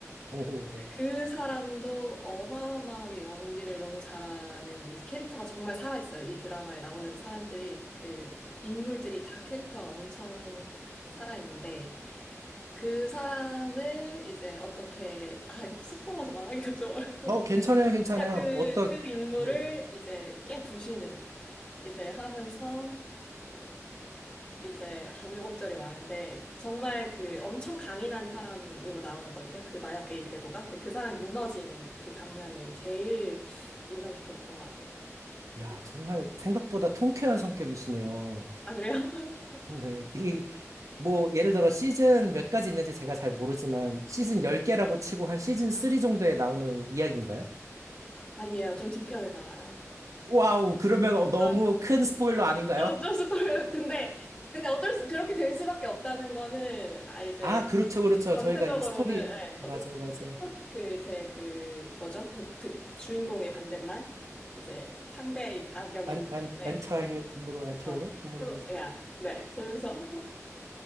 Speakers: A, on the right; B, on the left.
A: 오호, 네.
B: 그 사람도 어마어마하게 연기를 너무 잘하는 게 캐릭터가 정말 살아있어요. 이 드라마에 나오는 사람들이 그 인물들이 다 캐릭터가 엄청 살아있는데 그 사람을 이제 어떻게 아 이것도 스포라서 말하기가 좀 어렵고
A: 어, 괜찮아요, 괜찮아요.
B: 그그 그
A: 어떤,
B: 그 인물을
A: 네.
B: 이제 깨부시는 이제 하면서 이제 우여곡절이 많은데 정말 그 엄청 강인한 사람으로 나오거든요. 그 마약계의 대부가. 근데 그 사람이 무너지는 그 장면이 제일 인상 깊었던 것 같아요. 그,
A: 야, 정말 생각보다 통쾌한 성격이시네요.
B: 아 그래요? <laughs>
A: 네. 이, 뭐, 예를 들어 시즌 몇 가지 있는지 제가 잘 모르지만, 시즌 10개라고 치고 한 시즌 3 정도에 나오는 이야기인가요?
B: 아니에요. 좀 뒤편에 나와요.
A: 와우, 그러면 어, 너무
B: 아,
A: 큰 스포일러 아닌가요?
B: 어쩔 수없 근데 근데 어쩔 수 그렇게 될 수밖에 없다는 거는 아 이제
A: 아, 그렇죠, 그렇죠.
B: 전체적으로는
A: 저희가 이 스토리,
B: 예,
A: 맞아요,
B: 어쨌든
A: 맞아요.
B: 그제 그 뭐죠? 그 등- 주인공의 반대말 이제 상대 악역이기
A: 안,
B: 때문에
A: 안, 안타, 히로 안타
B: 어,
A: 히로 뭐라고,
B: 프로,
A: 그러지?
B: 야, 네, 그래서 <laughs>